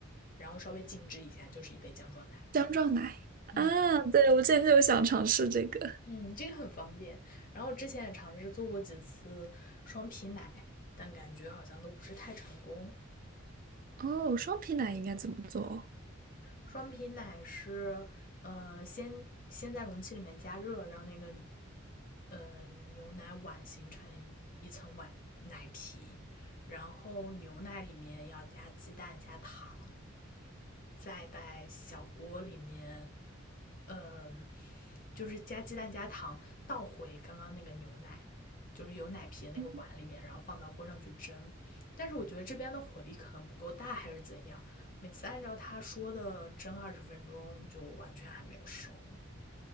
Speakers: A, on the left; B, on the right.
A: 然后稍微静置一下，就是一杯姜撞奶。
B: 姜撞奶。
A: 嗯。
B: 啊，对，我之前就想尝试这个。
A: 嗯，这个很方便。然后之前也尝试做过几次双皮奶，但感觉好像都不是太成功。
B: 哦，双皮奶应该怎么做？
A: 双皮奶是，呃，先先在容器里面加热，让那个呃牛奶碗形成一层碗奶皮，然后牛奶里面要加鸡蛋、加糖，再在小锅里面，嗯、就是加鸡蛋、加糖，倒回刚刚那个牛奶，就是有奶皮的那个碗里面，
B: 哦，
A: 然后放到锅上去蒸。但是我觉得这边的火力可能不够大，还是怎样。每次按照他说的蒸二十分钟，就完全还没有熟，